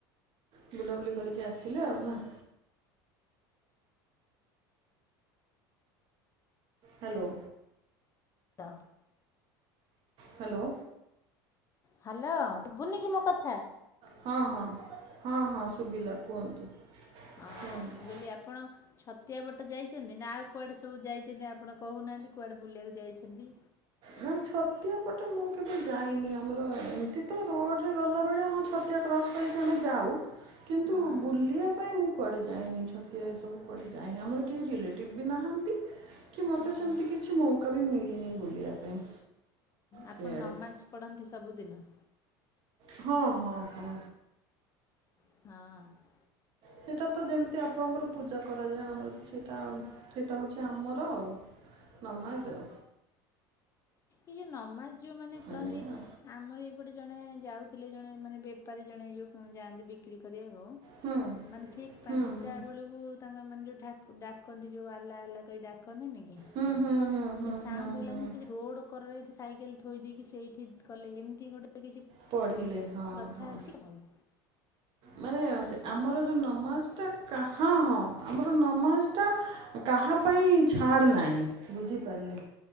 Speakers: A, on the right; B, on the left.
A: ବୁଲାବୁଲି କରିକି ଆସିଲେ ଆଉ ନାଁ? ହ୍ୟାଲୋ।
B: ତା
A: ହ୍ୟାଲୋ।
B: ହ୍ୟାଲୋ ଶୁଭୁନି କି ମୋ କଥା?
A: ହଁ, ହଁ, ହଁ, ହଁ ସୁବିଲା କୁହନ୍ତୁ।
B: ହଁ
A: କୁହନ୍ତୁ
B: ମୁଁ କହିଲି ଆପଣ ଛ ତିଆ ବଟ ଯାଇଚନ୍ତି? ନା ଆଉ କୁଆଡ଼େ ସବୁ ଯାଇଚନ୍ତି ଆପଣ କହୁନାହାନ୍ତି, କୁଆଡ଼େ ବୁଲିବାକୁ ଯାଇଛନ୍ତି?
A: ନା ଛତିଆ ପଟ ମୁଁ କେବେ ଯାଇନି, ଆମର ଏମିତି ତ ରୋଡ୍ ରେ ଗଲାବେଳେ ହଁ ଛତିଆ କ୍ରସ୍ କରିକି ଆମେ ଯାଉ, କିନ୍ତୁ
B: ହଁ
A: ବୁଲିବା ପାଇଁ ମୁଁ କୁଆଡ଼େ ଯାଇନି ଛତ ତିଆ ସବୁ କୁଆଡେ ଯାଇନି, ଆମର କେହି ରିଲେଟିଭ୍ ବି ନାହାନ୍ତି। କି ମୋତେ
B: ହଁ
A: ସେମିତି କିଛି ମୌକା ବି ମିଳିନି ବୁଲିବା ପାଇଁ।
B: ଆପଣ
A: ସିଆଡ଼େ
B: ନମାଜ ପଢ଼ନ୍ତି ସବୁଦିନ?
A: ହଁ, ହଁ, ହଁ।
B: ହଁ।
A: ସେଇଟା ତ ଯେମିତି ଆପଣଙ୍କର ପୂଜା କରାଯାଏ ଆମର ତ ସେଇଟା ସେଇଟା ହଉଛି ଆମର ନମାଜ।
B: ଏ ଯୋଉ ନମାଜ ଯୋଉମାନେ ପଢ଼ନ୍ତି
A: ଏଇଆ
B: ଆମରି ଗୋଟେ ଜଣେ ଯାଉଥିଲେ ଜଣେ ମାନେ ବେପାରୀ ଜଣେ ଏ ଯୋଉ ଉଁ, ଯାଆନ୍ତି ବିକ୍ରି କରିବାକୁ ଓ
A: ହୁଁ
B: ମାନେ ଠିକ
A: ହୁଁ
B: ପାନ୍ସଟା
A: ହୁଁ।
B: ବେଳକୁ ତାଙ୍କର ମାନ ଯେଉ ଠା- ଡାକନ୍ତି ଯୋଉ ଆଲ୍ଲା ଆଲ୍ଲା କଇ ଡାକନ୍ତିନି କି?
A: ହୁଁ, ହୁଁ। ହୁଁ ହୁଁ
B: ସେ ସାଉଣ୍ଡ
A: ହୁଁ
B: ହେଲା
A: ହୁଁ
B: ଯେମିତି ସେ ସେ ରୋଡ୍ କରରେ ଯୋଉ ସାଇକେଲ ଥୋଇ ଦେଇକି ସେଇଠି କଲେ ଏମିତି ଗୋଟେ କିଛି
A: ପଢ଼ିଲେ ହଁ
B: ପ୍ରଥା
A: ହଁ।
B: ଅଛି ଆପଣଙ୍କର?
A: ମାନେ ସେ ଆମର ଯୋଉ ନମାଜ ଟା କା- ହଁ, ହଁ ଆମର ନମାଜ ଟା କାହା ପାଇଁ ଛାଡ ନାହିଁ, ବୁଝିପାରଲେ?